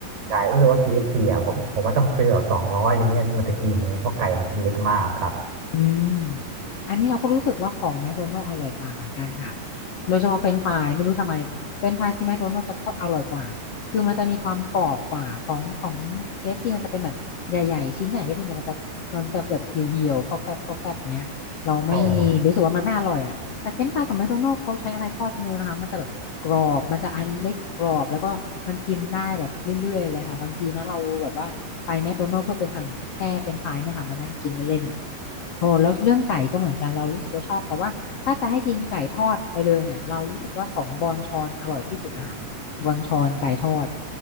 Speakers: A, on the right; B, on the left.
A: จ่ายรู้สึกว่า KFC อฟซีอ่ะผมผมว่าต้องซื้อแบบสองร้อยอะไรเงี้ยมันถึงอิ่มเนี่ยเพราะไก่มันชิ้นเล็กมากครับ
B: อืม อันนี้เราก็รู้สึกว่าของแมคโดนัล d ์อร่อยกว่าเหมือนกันค่ะโดยเฉพาะเฟรนช์ฟรายไม่รู้ทำไมเฟรนช์ฟรายที่แมคโดนัล d ์จะทอดอร่อยกว่าคือมันจะมีความกรอบกว่าของของ KFC มันจะเป็นแบบใหญ่ๆชิ้นใหญ่ก็จริงแต่มันจะมันจะแบบเหี่ยวๆฟอแฟบฟอแฟบเงี้ยเราไม่รู้สึกว่ามันไม่อร่อยอ่ะ
A: ใช่ครับ
B: แต่เฟรนช์ฟรายของแมคโดนัลด์เขาใช้อะไรทอดก็ไม่รู้นะคะมันจะแบบกรอบมันจะอันเล็กกรอบแล้วก็มันกินได้แบบเรื่อยๆเลยค่ะบางทีนะเราแบบว่าไปแมคโดนัลด์เพื่อไปสั่งแ่ค่เฟรนช์ฟรายเนี่ยค่ะมานั่งกินเล่นๆโอ้แล้วเรื่องไก่ก็เหมือนกันเรารู้สึกว่าชอบแต่ว่าถ้าจะให้กินไก่ทอดไปเลยเนี่ยเรารู้สึกว่าของบอนชอนอร่อยที่สุดอะค่ะบอนชอนไก่ทอด